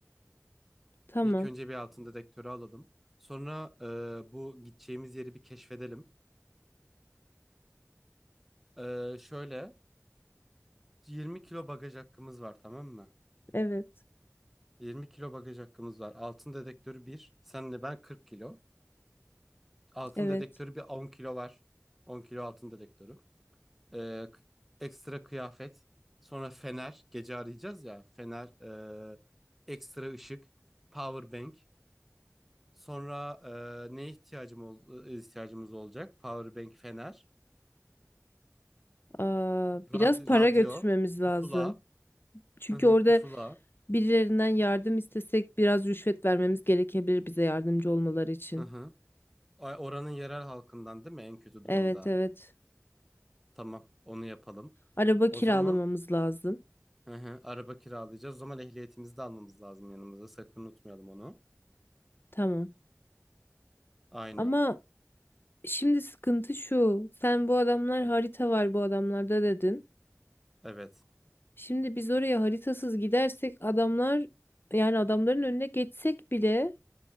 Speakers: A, on the left (about 45°); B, in the centre.
A: Tamam.
B: İlk önce bir altın dedektörü alalım. Sonra e, bu gideceğimiz yeri bir keşfedelim. Ee, şöyle 20 kilo bagaj hakkımız var tamam mı?
A: Evet.
B: 20 kilo bagaj hakkımız var. Altın dedektörü 1. Senle ben 40 kilo. Altın
A: Evet.
B: dedektörü bir 10 kilo var. 10 kilo altın dedektörü. Ee, k- ekstra kıyafet. Sonra fener. Gece arayacağız ya. Fener. ee, ekstra ışık. Power bank. Sonra ee, neye ihtiyacım ol- e, ihtiyacımız olacak? Power bank, fener.
A: Aa,
B: Rad-
A: biraz para
B: radyo.
A: götürmemiz lazım.
B: Pusula.
A: Çünkü
B: Hı hı,
A: orada
B: pusula.
A: birilerinden yardım istesek biraz rüşvet vermemiz gerekebilir bize yardımcı olmaları için.
B: Hı hı. Ay, Oranın yerel halkından değil mi en kötü durumda?
A: Evet evet.
B: Tamam, onu yapalım.
A: Araba
B: O
A: kiralamamız
B: zaman
A: lazım.
B: Hı hı, araba kiralayacağız. O zaman ehliyetimizi de almamız lazım yanımıza. Sakın unutmayalım onu.
A: Tamam.
B: Aynen.
A: Ama Şimdi sıkıntı şu. Sen bu adamlar
B: Hı,
A: harita var bu adamlarda dedin.
B: Evet.
A: Şimdi biz oraya haritasız gidersek adamlar yani adamların önüne geçsek bile